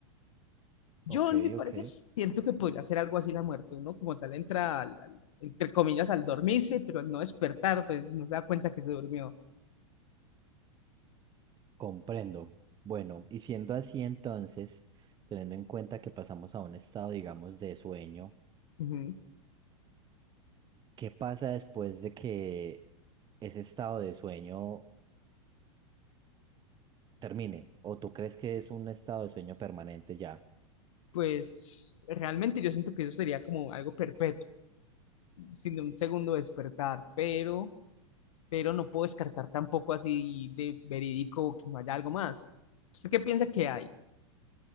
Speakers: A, on the left (about 70°); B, on the right (about 25°).
A: Yo,
B: Ok,
A: en mi parecer,
B: ok.
A: siento que podría ser algo así la muerte. Uno como tal entra, al- al- entre comillas, al dormirse, pero al no despertar, pues no se da cuenta que se durmió.
B: Comprendo. Bueno, y siendo así entonces, teniendo en cuenta que pasamos a un estado, digamos, de sueño,
A: Ujú.
B: ¿qué pasa después de que ese estado de sueño termine? ¿O tú crees que es un estado de sueño permanente ya?
A: Pues realmente yo siento que eso sería como algo perpetuo, sin un segundo despertar, pero, pero no puedo descartar tampoco así de verídico que no haya algo más. ¿Usted qué piensa que hay?